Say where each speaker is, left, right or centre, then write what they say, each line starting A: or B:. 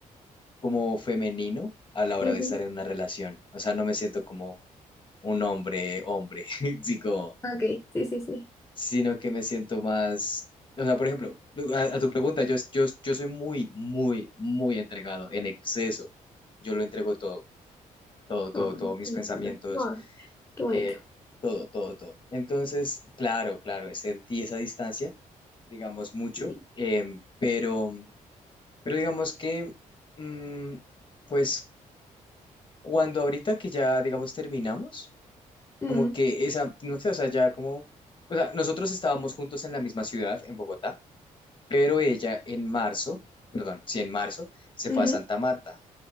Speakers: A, on the left; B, on the left.
A: como femenino a la hora
B: Ujú.
A: de estar en una relación, o sea, no me siento como un hombre, hombre, <laughs> sí, como
B: Ok, sí, sí, sí.
A: sino que me siento más, o sea, por ejemplo, a, a tu pregunta, yo, yo, yo soy muy, muy, muy entregado, en exceso. Yo lo entrego todo, todo, todo,
B: Ay,
A: todo, mis
B: qué
A: pensamientos,
B: lindo. No, qué
A: eh,
B: bonito.
A: todo, todo, todo. Entonces, claro, claro, sentí esa distancia, digamos, mucho,
B: Sí.
A: em, pero, pero digamos que, mm, pues, cuando ahorita que ya, digamos, terminamos,
B: Ujú,
A: como que esa, no sé, o sea, ya como, o sea, nosotros estábamos juntos en la misma ciudad, en Bogotá, Pero ella en marzo, perdón, sí, en marzo, se
B: ujú.
A: fue a Santa Marta,